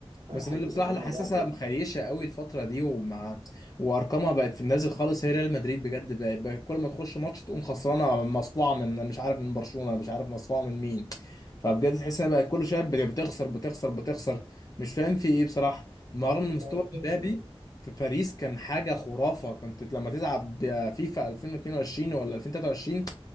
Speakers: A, on the right (about 80°); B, on the left (about 35°).
A: حته
B: بس انا اللي بصراحه
A: ان هم
B: اللي حاسسها
A: لعبوا
B: مخيشه قوي الفتره دي ومع وارقامها بقت في النازل خالص هي ريال مدريد بجد بقت بقت كل ما تخش ماتش تقوم خسرانه مصفوعه من مش عارف من برشلونه مش عارف مصفوعه من مين فبجد تحس انها بقت كل شويه بت- بتخسر بتخسر بتخسر مش فاهم في ايه بصراحه رغم ان مستوى
A: لا انا شايف
B: مبابي
A: ان
B: في باريس كان حاجه خرافه كنت لما تلعب فيفا 2022 ولا 2023